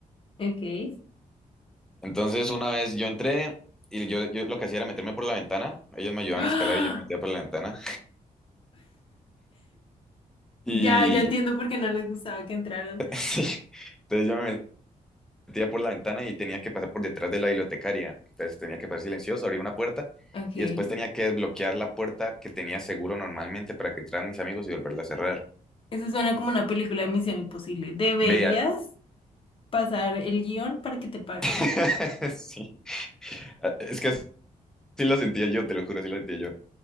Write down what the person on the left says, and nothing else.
Ok.
¡Ah!
Ya, ya entiendo por qué no les gustaba que entraran.
Ok.
Eso suena como una película de Misión Imposible. Deberías
pasar el guión para que te paguen.